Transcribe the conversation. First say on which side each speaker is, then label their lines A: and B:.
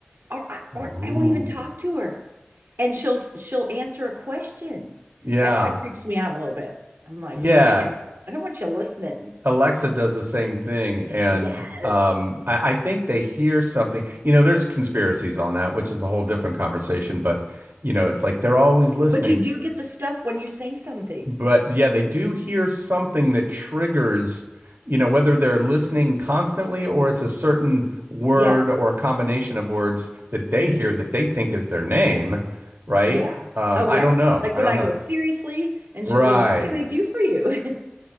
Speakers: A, on the right; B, on the right.
A: or I, or
B: Ooh.
A: I won't even talk to her and she'll she'll answer a question.
B: yeah.
A: That kind of creeps me out a little bit. I'm like,
B: Yeah.
A: okay, I don't want you listening.
B: Alexa does the same thing. And
A: Yes,
B: um, I, I think they hear something. You know, there's conspiracies on that, which is a whole different conversation. But, you know, it's like they're always listening.
A: but you do get the stuff when you say something.
B: But yeah, they do hear something that triggers, you know, whether they're listening constantly or it's a certain word
A: Yeah,
B: or a combination of words that they hear that they think is their name, right?
A: yeah.
B: Um,
A: Oh
B: I
A: yeah.
B: don't know.
A: Like
B: I
A: when
B: don't
A: I
B: know.
A: go seriously, and
B: Right.
A: she'll go, "What can I do
B: <laughs>
A: for you?" <laughs>